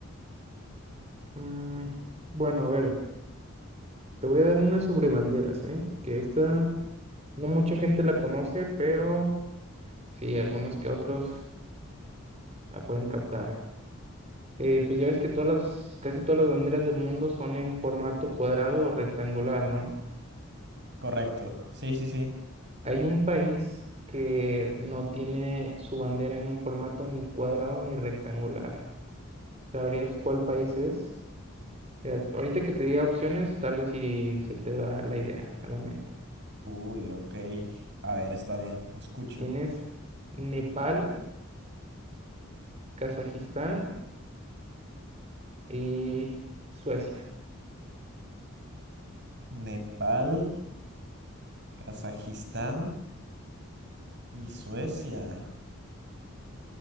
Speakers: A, on the right (about 30°); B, on the right (about 50°).
A: Mm, bueno, a ver, te voy a dar una sobre banderas, ¿eh? Que esta no mucha gente la conoce, pero... Sí, algunos que otros la pueden captar. Eh, pues ya ves que todas las, casi todas las banderas del mundo son en formato cuadrado o rectangular, ¿no?
B: correcto. Sí, sí, sí.
A: Hay un país que no tiene su bandera en un formato ni cuadrado ni rectangular. ¿Sabrías cuál país es? Mira, ahorita que te diga opciones, tal vez si se te da la idea a la mente.
B: Uy, ok. A ver, está bien, escucho.
A: Tienes Nepal, Kazajistán y Suecia.
B: Nepal, Kazajistán y Suecia.